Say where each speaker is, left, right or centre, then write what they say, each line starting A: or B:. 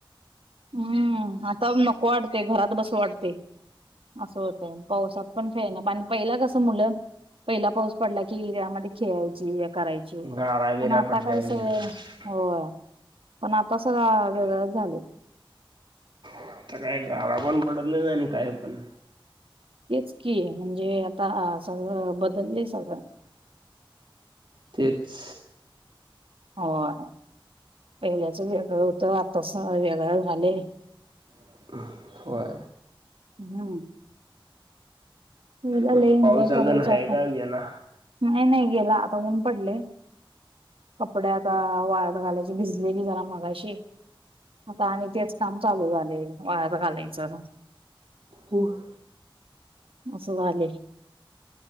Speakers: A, on the right; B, on the right.
A: हम्म आता नको वाटते घरात बस वाटते असं होतंय पावसात पण फे ना पाण पहिला कसं मुलं पहिला पाऊस पडला कि यामध्ये खेळायची करायची
B: गारा बिरा
A: पण आता
B: पडल्यावर
A: काय
B: घेणार
A: सगळ हो पण आता सगळं वेगळंच झाले
B: आता काय गारा पण पडत नाही आणि काय पण
A: तेच की म्हणजे आता सगळं बदलले सगळं
B: तेच..
A: होय पहिल्याच वेगळं होतं आताच वेगळं झालय
B: <inaudible> होय
A: हम्म पहिला
B: मग
A: लय एन्जॉय
B: पाऊस अजून
A: करायचो
B: आहे
A: आपण
B: का गेला
A: नाही- नाही गेला आता पडलय कपडे आता वाळत घालायची भिजलेली जरा मघाशी आता आणि तेच काम चालू झालय वायात घालायचं
B: व <unintelligible>
A: असं झालंय